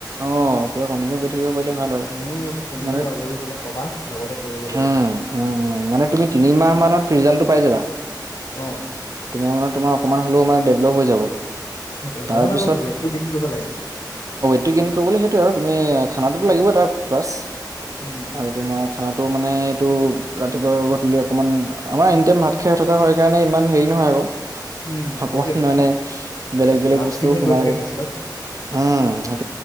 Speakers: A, on the right; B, on the left.
A: অ'। পুৰা কন্টিনিউ কৰি থাকিব
B: উম
A: পাৰিলে ভাল আৰু
B: তুমিও তুমিও
A: মানে,
B: আজৰি হলে কবা লগতে কৰিব লাগিব
A: উম উম। উম, মানে তুমি তিনিমাহ মানত ৰিজাল্টটো পাই যাবা,
B: অ
A: তিনিমাহ মানত তোমাৰ অকমান হ'লেও মান ডেভলপ হৈ যাব।
B: সেইটোে
A: তাৰপিছত
B: মই মানে অলপ ৱেইটটো গেইন কৰিব লাগে।
A: স কিন কৰিবলে সেইটো আৰু তুমি খানটো লাগিব তাৰ প্লাছ
B: উম
A: আৰু তোমাৰ খানাটো মানে এইটো ৰাতিপুৱা গধূলি অকণমান আমাৰ এনিটাইম ভাত খাই থকা হয় কাৰণে ইমান হেৰি নহয় আৰু।
B: উম
A: অকমান
B: সেইটোৱেতো
A: মানে বেলেগ, বেলেগ
B: কাপচ
A: বস্তুোৰ
B: খিনিয়ে
A: সোমাই
B: গৈ থাকে
A: উম।
B: বেছিভাগ